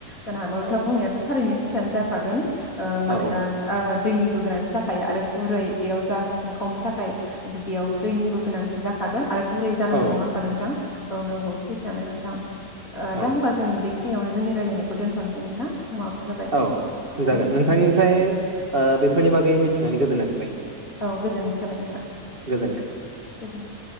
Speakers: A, on the left; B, on the right.
A: जानो हागौ नोंथां
B: औ
A: बुंनायाथ' थारैनो सैथ जाखागोन, ओ मानोना
B: औ
A: ओ दैनिबो गोनां जाखायो आरो गुरै बेयाव जा सुंखावनो थाखाय बेयाव दैनिबो गोनांथि जाखागोन आरो गुरै जानांगौ
B: औ
A: नङा होनबा नोंथां औ नंगौ सैथोनो नोंथां ओ
B: औ
A: दा होनबा जों बि बेनियावनो जोंनि रायलायनायखौ दोनथ'नोसै नोंथां समाबो जाबाय,
B: औ
A: एसेनोसै
B: जागोन नोंथांनिफ्राय
A: गोजोन्थों
B: बेफोरनि बागै मिथिनानै गोजोननाय थाबाय।
A: औ गोजोननाय थाबाय नोंथां
B: गोजोन्थों
A: गोजोनथों।